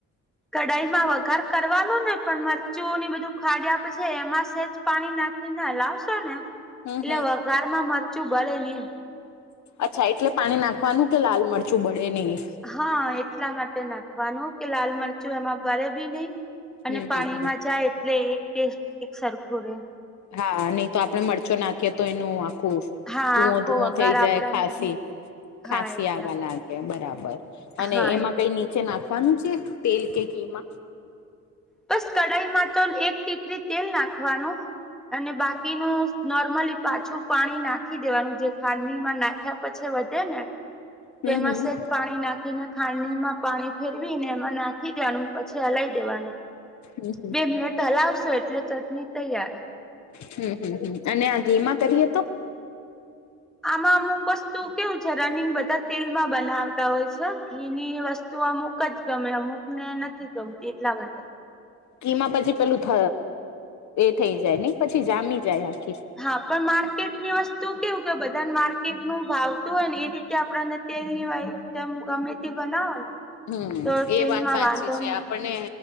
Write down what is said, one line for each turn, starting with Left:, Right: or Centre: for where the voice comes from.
Centre: કઢાઈમાં વઘાર કરવાનું ને પણ મરચુંની બધું ખાડ આપે છે એમાં સેજ પાણી નાખીને હલવશો ને,
Left: હમ
Centre: એટલે
Left: હમ
Centre: વઘાર માં મરચું બળે હીમ
Left: અચ્છા એટલે પાણી નાખવાનું કે લાલ મરચું બળે નહી.
Centre: હા એટલા અમારતે નાખવાનું કે લાલ મરચું એમાં ભરે બી નહી અને
Left: હમ હમ
Centre: પાણીમાં
Left: હમ
Centre: જાય એટલે એક ટેસ્ટ એક સરખું રહેે
Left: હા નહી તો આપડે મરચો નાખીએ તો એનું આખું
Centre: હા
Left: ધુવો
Centre: આખો
Left: ધુવો
Centre: વઘાર
Left: થઈ જાય
Centre: આપડાને
Left: ખાસી ખાંસી
Centre: હા એટલા
Left: આવવા લા ગે બરાબર અને
Centre: હા
Left: એમાં
Centre: એટલા
Left: કઈ નીચે નાખવાનું છે? તેલ કે ઘી માં
Centre: બસ કઢાઈમાં તો એક ટીપરી તેલ નાખવાનું અને બાકીનું નોર્મલી પાછું પાણી નાખી દેવાનું જે ખાંડડીમાં નાખ્યા પછી વધે ને
Left: હમ
Centre: તેમાં
Left: હમ
Centre: સેજ પાણી નાખીને ખાંડડીમાં પાણી ફેરવી ને એમાં નાખી દેવાનું પછી હલાઈ દેવાનું
Left: હમ
Centre: બે મિનિટ હલાવશો એટલે ચટણી તૈયાર
Left: હમ હમ હમ અને આ ઘેમાં કરીએ તો?
Centre: આમાં અમુક વસ્તુ કેવું છે, રનિંગ બધા તેલમાં બનાવતા હોય છે. ઘીની વસ્તુ અમુક જ ગમે અમુક ને નથી ગમતી એટલા મા
Left: ઘીમાં પછી પેલું થ એ થઈ જાય, અને પછી જામી જાય આખી
Centre: હા પણ માર્કેટની વસ્તુ કેવું કે બધા માર્કેટ નુ ભાવતું હોય ને એ રીતે આપડને તેલ ની વાય તેમ ગમે તે બનાવો ને
Left: હમ
Centre: તો
Left: એ
Centre: તેલમાં
Left: વાત સાચી
Centre: વાંધો
Left: છે,
Centre: નથી
Left: આપણને